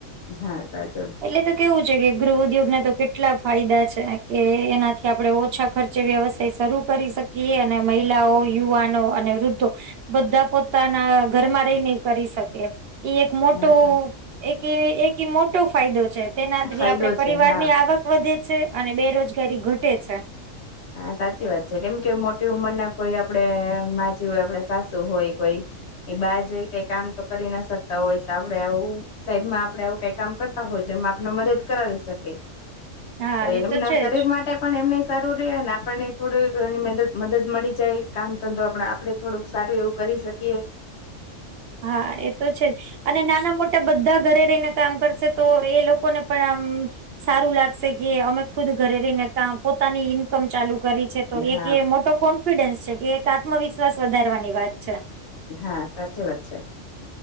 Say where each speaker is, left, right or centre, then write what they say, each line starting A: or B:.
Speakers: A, on the left; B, on the right.
A: હા ક તો
B: એટલે તો કેવું છે કે ગૃહ ઉદ્યોગ ના તો કેટલા ફાયદા છે કે એનાથી આપડે ઓછા ખર્ચે વ્યવસાય શરૂ કરી શકે અને મહિલાઓ યુવાનો અને વૃદ્ધો બધા પોતાના ઘરમાં રહીને કરી શકે ઈ એક મોટું
A: હા સાચો
B: એક એક મોટ ફાયદો છે તેનાથી
A: ફાયદો
B: આપડે પરિવાર
A: છે હા
B: ની આવક વધે છે અને બેરોજગારી ઘટે છે.
A: હા સાચી વાત છે કેમ કે મોટી ઉંમર ના કોઈ આપડે માજી હોય આપડે સાસુ હોય કોઈ એ બહાર જઈ કઈ કામ તો કરી ના શકતા હોય તો આપડે આવું સાઈડમાં આપડે આવું કઈ કામ કરતા હોય તેમા આપને મદદ કરાવી શકે.
B: હા
A: તો
B: એ
A: એમના
B: છે
A: શરીર
B: જ
A: માટે પણ એમને. સારું રહે ને આપણને થોડુંક એ મદદ મદદ મળી જાય કામ ધંધો આપ આપણે થોડુંક સારું એવું. કરી શકીએ
B: હા એ તો છે જ અને નાના મોટા બધા ઘરે રહીને કામ કરશે તો એ લોકોને પણ આમ સારું લાગશે કે અમે ખુદ ઘરે રહીને કામ પો પોતાની ઇન્કમ ચાલુ કરી છે તો
A: હા
B: એક એ મોટો કોન્ફિડન્સ છે કે એક આત્મવિશ્વાસ વધારવાની વાત છે.
A: હા સાચી વાત છે.